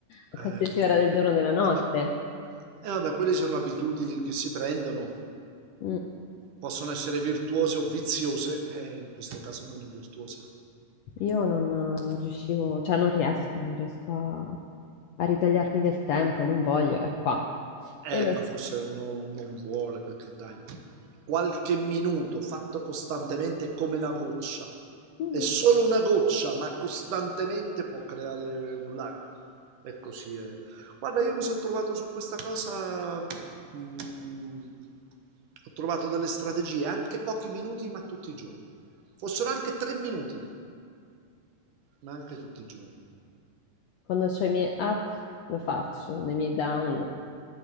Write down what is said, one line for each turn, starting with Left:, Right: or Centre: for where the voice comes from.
Left: a
Right: eh,
Left: qualsiasi ora del giorno e della notte.
Right: eh, ma eh, vabbè, quelle sono abitudini che si prendono,
Left: Mm.
Right: possono essere virtuose o viziose, eh, in questo caso non è virtuosa.
Left: Io non, non riuscivo, cioè non riesco, non riesco a, a ritagliarmi del tempo, non voglio, è qua.
Right: Ecco,
Left: E lo-
Right: forse uno non vuole perché dai, qualche minuto fatto costantemente è come una goccia.
Left: Mhm.
Right: È solo una goccia, ma costantemente può creare un lago. E così è. Guarda, io mi sono trovato su questa cosa. mm, ho trovato delle strategie, anche pochi minuti, ma tutti i giorni. Fossero anche tre minuti, ma anche tutti i giorni.
Left: quando ho i miei up lo faccio, nei miei down